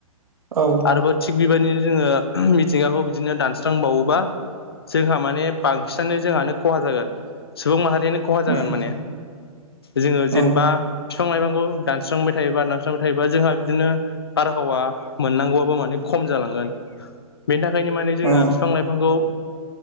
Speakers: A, on the right; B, on the left.
A: औ
B: आरोबा थिग बेबायदिनो जोङो मिथिंगाखौ बिदिनो दानस्रांबावोबा जोंहा माने बांसिनानो जोंहानो खहा जागोन सुबुं माहारियानो खहा
A: उम
B: जागोन माने जोङो
A: औ
B: जेनेबा बिफां लाइफांखौ दानस्रांबाय थायोबा दानस्रांबाय थायोबा जोंहा बिदिनो बारहावा मोननांगौआबो माने खम जालांगोन बेनि थाखायनो माने जोङो
A: औ
B: बिफां लाइफांखौ